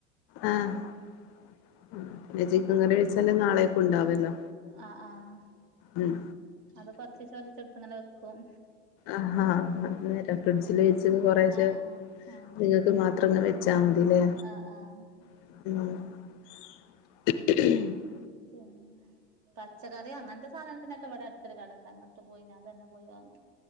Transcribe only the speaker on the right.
ആഹ് ആഹ്
അത് കൊറചീച്ച റീചാ ച്ചെടുത്ത് ഇങ്ങനെ വെക്കും
ആഹ് ആഹ് ആഹ്
ആഹ് ആഹ്
പിന്നെ പച്ചക്കറി അങ്ങനത്തെ സാധനത്തിനൊക്കെ ഇവിട അടു തൊരു കടണ്ട് അങ്ങട്ട് പോയി ഞാൻ തന്നെ പോയി വാങ്ങും